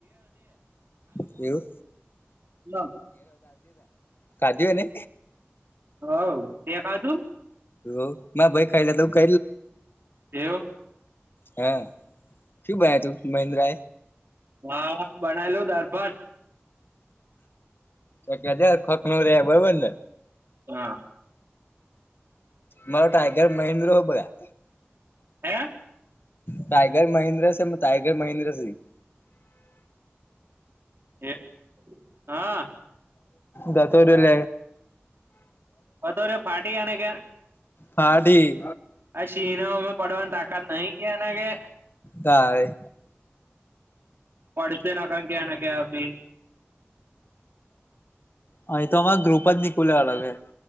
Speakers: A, on the left (about 55°); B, on the right (about 60°).
A: એવું
B: <unintelligible>
A: કા કઢુંને
B: હ તે ખાધું
A: હ ભાઈ ખાઈ તું ક.
B: એવું
A: હા શું બન તું મહેન્દ્ર એ.
B: હા બનાલો દાળ ભાત
A: તો કેજાર ખોખ ન રે બરોબરને.
B: હા.
A: મારા ટ આગર મહેન્દ્ર હો બગા.
B: હે
A: ટાઈગર મહેન્દ્ર છે એ ટાઈગર મહેન્દ્ર છે.
B: હ હા
A: દાતુર લ.
B: બતો ર પાર્ટી કેને કે્ય
A: હાઢી.
B: આ સિનાઓં પડવાની તાકાત નહી ક એના કે.
A: તારે
B: પડશે નાખ ક્યા ના ક્યાી.
A: હા એ તો અમાં ગ્રુપ જ નીકુલે અલગે.